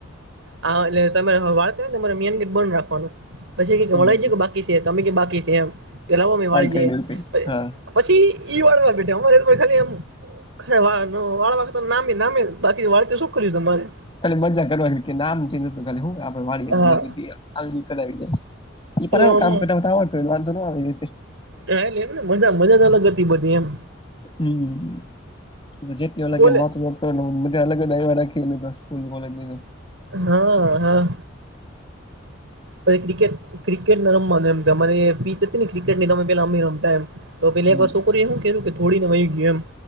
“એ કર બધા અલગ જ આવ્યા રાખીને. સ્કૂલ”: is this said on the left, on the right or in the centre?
Left